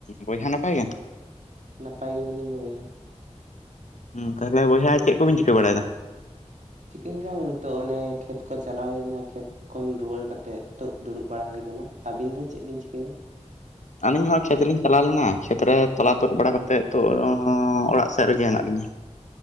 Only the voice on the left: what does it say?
ᱵᱚᱭᱦᱟ ᱱᱟᱯᱟᱭ ᱜᱮᱭᱟᱢ?
ᱦᱩᱸ ᱛᱟᱦᱚᱞᱮ ᱵᱚᱭᱦᱟ ᱪᱮᱫ ᱠᱚᱵᱤᱱ ᱪᱤᱠᱟᱹ ᱵᱟᱲᱟᱭᱫᱟ?
ᱟᱹᱞᱤᱧ ᱦᱚᱸ ᱠᱷᱮᱛ ᱞᱤᱧ ᱪᱟᱞᱟᱣ ᱞᱮᱱᱟ᱾ ᱠᱷᱮᱛ ᱨᱮ ᱛᱚᱞᱟ ᱛᱩᱫ ᱵᱟᱲᱟ ᱠᱟᱛᱮᱫ ᱛᱚᱫ ᱱᱚ ᱚᱲᱟᱜ ᱥᱮᱫ ᱨᱮᱜᱮ ᱦᱮᱱᱟᱜ ᱞᱤᱧᱟ᱾